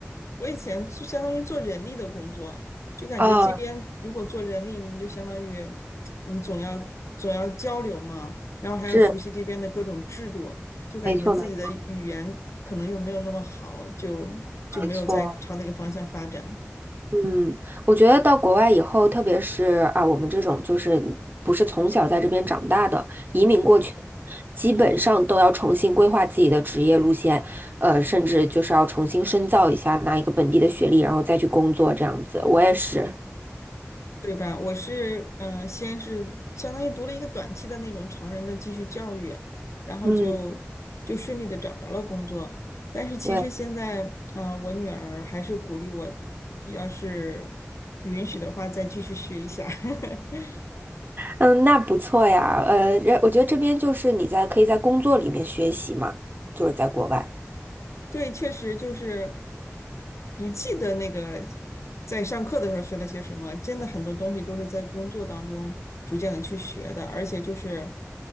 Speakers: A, on the left (about 70°); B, on the right (about 40°).
A: 我以前就相当于做人力的工作啊，就感觉这边如果做人力，
B: 哦，
A: 你就相当于你总要总要交流嘛，然后还要熟悉这边的各种制度，
B: 是，
A: 就感觉自己的语言可能又没有那么好，
B: 没错，没
A: 就就没有再朝那个方向发展。
B: 没错。嗯，我觉得到国外以后，特别是啊，我们这种就是不是从小在这边长大的，移民过去，基本上都要重新规划自己的职业路线，呃，甚至就是要重新深造一下，拿一个本地的学历，然后再去工作这样子。我也是。
A: 对吧？我是嗯、呃先是相当于读了一个短期的那种成人的继续教育，然后就就顺利的找着了工作。
B: 嗯。
A: 但是其实现在，
B: 对，
A: 嗯、呃我女儿还是鼓励我，要是允许的话，再继续学一下。<laughs>
B: 嗯，那不错呀，呃，我觉得这边就是你在可以在工作里面学习嘛，就是在国外。
A: 对，确实就是不记得那个在上课的时候学了些什么，真的很多东西都是在工作当中逐渐的去学的，而且就是